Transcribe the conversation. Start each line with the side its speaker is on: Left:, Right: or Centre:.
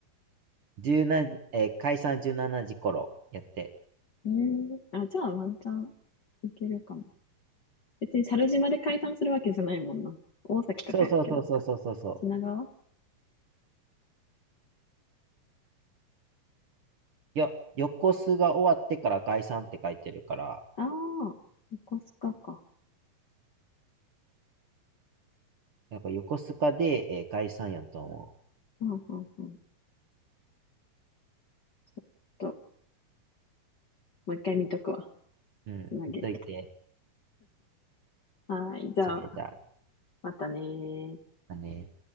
Right: 17、えー解散17時頃やって。
Left: うん。ええあ、じゃあワンチャンいけるかも。別に猿島で解散するわけじゃないもんな。大崎とかやっけ、
Right: そうそうそうそうそうそうそう。
Left: なんか。品川
Right: いや、横須賀終わってから解散って書いてるから、
Left: ああー、横須賀か。
Right: なんか横須賀で、えー解散やと思う。
Left: うんうんうん。ちょっと、もう一回見とくわ。
Right: うん、
Left: つなげると。
Right: ほっといて、
Left: はーい、じゃあ、
Right: それじゃあ、
Left: またねー。
Right: あね。